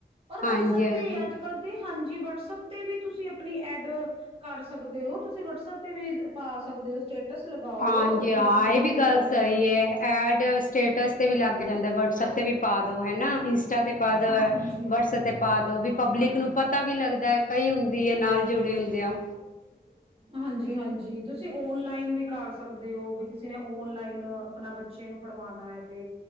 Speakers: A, on the right (about 35°); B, on the left (about 50°).
A: ਔਰ ਵਟਸਐਪ
B: ਹਾਂਜੀ-ਹਾਂਜੀ,
A: ਤੇ ਅੱਜ-ਕੱਲ
B: ਹਾਂਜੀ
A: ਤੇ ਹਾਂਜੀ ਵਟਸਪ ਤੇ ਵੀ ਤੁਸੀਂ ਆਪਣੀ ਐਡ ਕਰ ਸਕਦੇ ਹੋ। ਤੁਸੀਂ ਵਟਸਪ ਤੇ ਵੀ ਪਾ ਸਕਦੇ ਹੋ ਸਟੇਟਸ। ਲਗਾਓ
B: ਹਾਂਜੀ ਹਾਂ
A: ਟਿਊਸ਼ਨ
B: ਇਹ ਵੀ
A: ਦੇ
B: ਗੱਲ
A: ਬਾਰੇ
B: ਸਹੀ ਏ। ਐਡ ਸਟੇਟਸ ਤੇ ਵੀ ਲੱਗ ਜਾਂਦੈ, ਵਟਸਐਪ ਤੇ ਵੀ ਪਾਦੋ ਹੈ ਨਾ ਇੰਸ ਟਾ ਤੇ ਪਾ ਦੋ
A: ਹਾਂਜੀ
B: ਵਟਸ ਤੇ ਪਾ ਦੋ ਵੀ ਪਬਲਿਕ
A: ਹਾਂਜੀ
B: ਨੂੰ ਪਤਾ ਪਤਾ ਵੀ ਲੱਗਦਾ ਕਈ ਹੁੰਦੀ ਹੈ ਨਾਲ ਜੁੜੇ ਹੁੰਦੇ ਆ।
A: <inaudible> ਹਾਂਜੀ-ਹਾਂਜੀ ਤੁਸੀਂ ਓਨਲਾਈਨ ਵੀ ਕਰ ਸਕਦੇ ਹੋ। ਬੀ ਕਿਸੇ ਨੇ ਓਨਲਾਈਨ ਆਪਣਾ ਬੱਚੇ ਨੂੰ ਪੜ੍ਹਵਾਉਣਾ ਹੈ ਤੇ